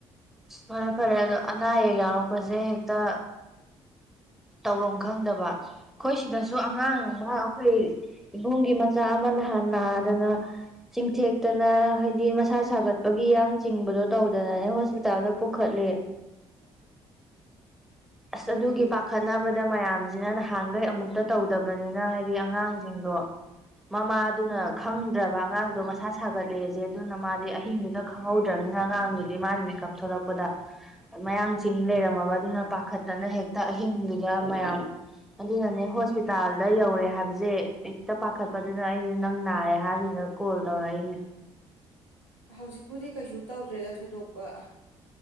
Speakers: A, in the centre; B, on the right.
A: ꯐꯔꯦ ꯐꯔꯦ ꯑꯗꯣ ꯑꯅꯥ ꯑꯌꯦꯛ ꯌꯥꯎꯔꯛꯄꯁꯦ ꯍꯦꯛꯇ ꯇꯧꯐꯝ ꯈꯪꯗꯕ ꯑꯩꯈꯣꯏ ꯁꯤꯗꯁꯨ ꯑꯉꯥꯡ ꯑꯃ ꯑꯩꯈꯣꯏ ꯏꯕꯨꯡꯒꯤ ꯃꯆꯥ ꯑꯃ ꯅꯍꯥꯟ ꯅꯥꯗꯅ ꯆꯤꯡꯊꯦꯛꯇꯅ ꯍꯥꯏꯗꯤ ꯃꯁꯥ ꯁꯥꯒꯠꯄꯒꯤ ꯌꯥꯡ ꯆꯤꯡꯕꯗꯣ ꯇꯧꯗꯅꯅꯦ ꯍꯣꯁꯄꯤꯇꯥꯜꯗ ꯄꯨꯈꯠꯂꯦ
B: <inaudible>
A: ꯑꯁ
B: ꯎꯝ
A: ꯑꯗꯨꯒꯤ ꯄꯥꯈꯠꯅꯕꯗ ꯃꯌꯥꯝ ꯅ ꯅꯍꯥꯟꯈꯩ ꯑꯃꯨꯛꯇ ꯇꯧꯗꯕꯅꯤꯅ ꯍꯥꯏꯗꯤ ꯑꯉꯥꯡꯖꯤꯡꯗꯣ ꯃꯃꯥꯗꯨꯅ ꯈꯪꯗ꯭ꯔꯕ ꯑꯉꯥꯡꯗꯣ ꯃꯁꯥ ꯁꯥꯒꯠꯂꯦꯁꯦ ꯑꯗꯨꯅ ꯃꯥꯗꯤ ꯑꯍꯤꯡꯗꯨꯗ ꯈꯪꯍꯧꯗ꯭ꯔꯅꯤꯅ ꯑꯉꯥꯡꯗꯨꯗꯤ ꯃꯥꯗꯤ ꯃꯤꯀꯞ ꯊꯣꯛꯂꯛꯄꯗ ꯃꯌꯥꯡ ꯆꯤꯡ ꯂꯩꯔꯝꯃꯕ ꯑꯗꯨꯅ ꯄꯥꯈꯠ ꯥꯇꯅ ꯍꯦꯛꯇ ꯑꯍꯤꯡꯗꯨꯗ ꯃꯌꯥꯝ ꯑꯗꯨꯅꯅꯦ ꯍꯣꯁꯄꯤꯇꯥꯜꯗ ꯌꯧꯔꯦ ꯍꯥꯏꯕꯁꯦ ꯍꯦꯛꯇ ꯄꯥꯈꯠꯄꯗꯨꯅ ꯑꯩꯁꯨ ꯅꯪ ꯅꯥꯔꯦ ꯍꯥꯏꯗꯨꯅ ꯀꯣꯜ ꯇꯧꯔꯛꯏꯅꯦ
B: ꯍꯧꯖꯤꯛ ꯄꯨꯗꯤ ꯀꯩꯁꯨ ꯇꯧꯗ꯭ꯔꯦꯗ ꯊꯣꯏꯗꯣꯛꯄ